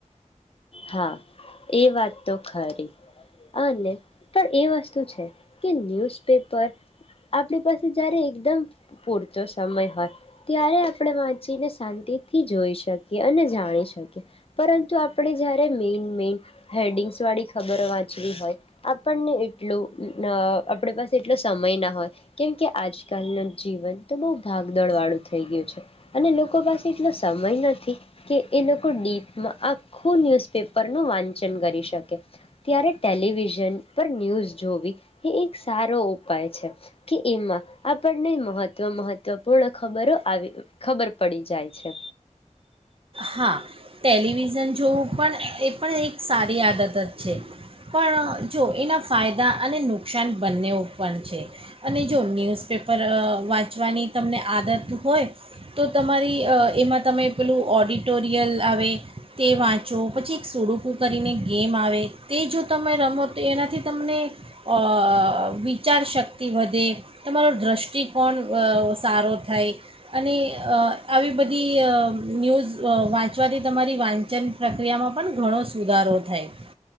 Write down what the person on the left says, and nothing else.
હા એ વાત તો ખરી હને પણ એ વસ્તુ કે <unintelligible> પેપર આપણી પાસે જ્યારે એકદમ પૂરતો સમય હોય ત્યારે આપણે વાંચીને શાંતિથી જોઈ શકીએ અને જાણી શકીએ પરંતુ આપણે જ્યારે મેઈન મેઈન હેડિંગ્સવાળી ખબર વાંચવી હોય આપણને એટલું આપણી પાસે એટલો સમય નાખ હોયે કેમ કે આજ આજકાલનું જીવન તો બોહ ભાગદળ વાળું થઈ ગયું છે અને લોકો પાસે એટલો સમય નથી કે એ લોકો ડીપમાં આ ખું ન્યૂઝપેપર નું વાંચન કરી શકે ત્યારે ટેલિવિઝન પર ન્યૂઝ જોવી એ એક સારો ઉપાય છે કે એમાં આપણને મહત્વ મહત્વપૂર્ણ ખબરો આવી ખબર પડી જાય છે.